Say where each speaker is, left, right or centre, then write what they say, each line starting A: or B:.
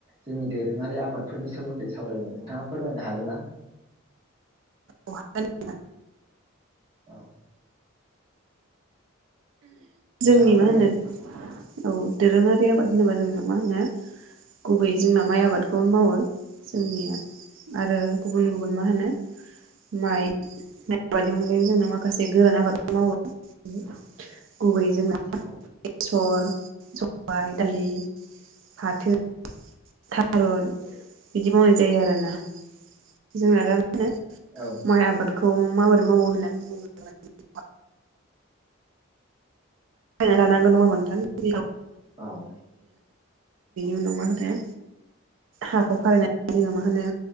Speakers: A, on the right; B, on the right.
A: जोंनि दोरोङारि आबादफोरनि सोमोन्दै सावरायनो नोंथाङा फोरमायनो हागोन ना
B: औ हागोन
A: औ नोंथाङा
B: जोंनि
A: फोरमायदो
B: मा होनो औ दोरोङारि आबाद होनोबा जोंनो मा होनो गुबैयै जोंना माइ आबादखौनो मावो जोंनिया आरो गुबुन गुबुन मा होनो माइ माइ आबादनि अनगायैबो जोंना माखासे गोरान आबादखौ मावो गुबैयै जोंना <unintelligible>
A: औ
B: बेसर सबाय दालि फाथो थारुन बिदि मावनाय जायो आरोना जोंना दा मा होनो
A: औ नोंथां
B: माइ आबादखौ माबोरै मावो होननानै बुङोब्ला माने बायना लानांगौ नङा नोंथां <unintelligible> ना बेनि
A: औ
B: उनाव मा होनो थाइ हाखौ खारायनानै जोङो मा होनो